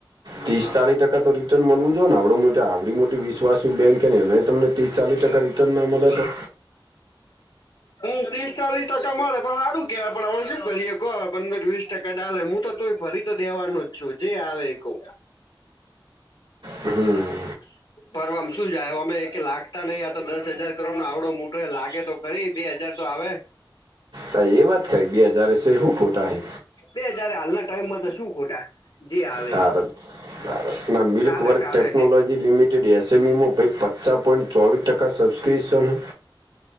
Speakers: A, on the right (about 65°); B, on the left (about 60°).
A: ત્રીસ ચાલીસ ટકા તો રિટર્ન મળવું જો ને આવડો મોટો આવડી મોટી વિશ્વાસુ બેંક હે ને એનેય તમને તીસ ચાલીસ ટકા રિટર્ન ના મલે તો?
B: હમ્મ ત્રીસ ચાલીસ ટકા મળે તો પણ હારું કેવાય પણ હવે શું કરીએ કૌ પંદર વીસ ટકા ચાલે હું તો તોય ભરી તો દેવાનું જ છું, જે આવે કઉ.
A: હમ્મ.
B: <inaudible> ભરવામ શું જાય? ઓમે એકે લાગતા નહી, આ તો દસ હજાર કરોડ નો આવડો મોટો લાગે તો ખરી બે હજાર તો આવે.
A: હા એ વાત ખરી, બે હજાર હશે શું ખોટા હે.
B: બે હજારે હાલના ટાઈમમાં તો શું ખોટા? જે આવે
A: તા રે તારે ના મિલ્ક
B: ચાલે
A: વર્ક
B: ચાલે
A: ટેકનોલોજી
B: તે
A: લિમિટ જો ડેસી બી મા ભય પચા પોઇન્ટ ચોવીસ ટકા સબસ્ક્રીસન